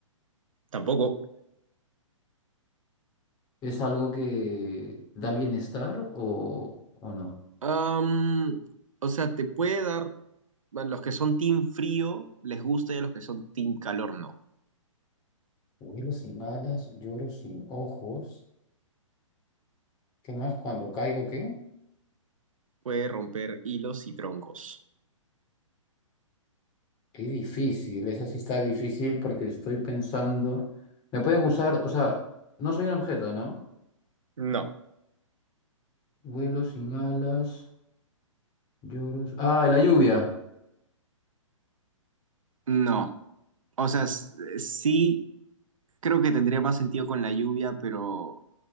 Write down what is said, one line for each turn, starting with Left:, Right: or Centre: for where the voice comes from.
Right: Tampoco.
Left: ¿Es algo que da bienestar o, o no?
Right: Am, o sea, te puede dar, a los que son team frío les gusta y a los que son team calor no.
Left: Vuelo sin alas, lloro sin ojos. ¿Qué más? Cuando caigo, ¿qué?
Right: Puede romper hilos y troncos.
Left: Qué difícil, esa sí está difícil porque estoy pensando. Me pueden usar, o sea, no soy un objeto, ¿no?
Right: No.
Left: Vuelo sin alas. Lloros. Ah, la lluvia.
Right: No, o sea, s- sí creo que tendría más sentido con la lluvia, pero